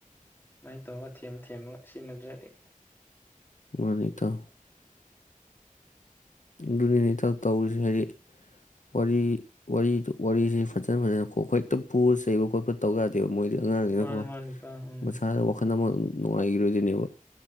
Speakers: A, on the left; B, on the left.
A: ꯁꯨꯃꯥꯏꯅ ꯇꯧꯔꯒ ꯊꯦꯝꯃ ꯊꯦꯝꯃꯒ ꯁꯤꯖꯤꯟꯅꯗ꯭ꯔꯗꯤ
B: ꯃꯥꯅꯦ ꯏꯇꯥꯎ ꯑꯗꯨꯅꯤꯅꯦ ꯏꯇꯥꯎ ꯇꯧꯔꯤꯁꯦ ꯍꯥꯏꯗꯤ ꯋꯥꯔꯤ ꯋꯥꯔꯤꯗꯨ ꯋꯥꯔꯤꯁꯦ ꯐꯖꯅ ꯐꯖꯅ ꯍꯦꯛꯇ ꯐꯨꯕ ꯆꯩꯕ ꯈꯣꯠꯄ ꯇꯧꯕ ꯌꯥꯗꯦ ꯃꯣꯏꯗꯤ ꯑꯉꯥꯡꯅꯤꯅꯀꯣ
A: ꯃꯥꯅꯤ ꯃꯥꯅꯤ ꯏꯇꯥꯎ ꯎꯝ
B: ꯃꯁꯥꯗ ꯋꯥꯈꯜ ꯑꯃ ꯅꯨꯡꯉꯥꯏꯈꯤꯔꯣꯏꯗꯣꯏꯅꯦꯕ